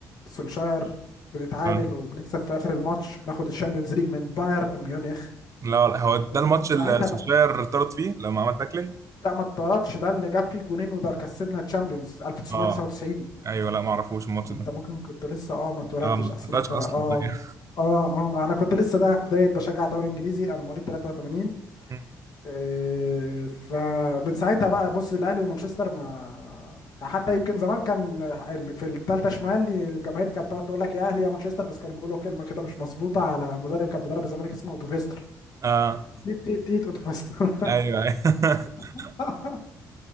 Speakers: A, on the left; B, on the right.
A: سولشاير بنتعادل
B: اه
A: وبنكسب في اخر الماتش بناخد الشامبيونز ليج من بايرن ميونخ
B: لا لا، هو ده
A: ومن
B: الماتش
A: ساعتها
B: اللي سوشاير طرد فيه لما عمل تاكلينج
A: لا ما اتطردش ده اللي جاب فيه جونين وده كسبنا تشامبيونز 1999
B: اه ايوه لا ما اعرفوش الماتش ده
A: انت ممكن كنت لسه اه ما اتولدتش
B: اه ما
A: اصلا
B: طلعش
A: فا
B: اصلا
A: اه
B: <laughs> ايوه
A: اه اه انا كنت لسه ده بدايه بشجع دوري انجليزي انا مواليد 83
B: مم.
A: إيه فمن ساعتها بقى بص الاهلي ومانشستر ما حتى يمكن زمان كان ال- في الثالثه شمال الجماهير كانت تقعد تقول لك يا اهلي يا مانشستر بس كانوا بيقولوا كلمه كده مش مظبوطه على مدرب كان بيدرب الزمالك اسمه اوتوفيستر
B: اه
A: تيت تيت تيت اوتوفيستر
B: ايوه ايوه <laughs>
A: <laughs>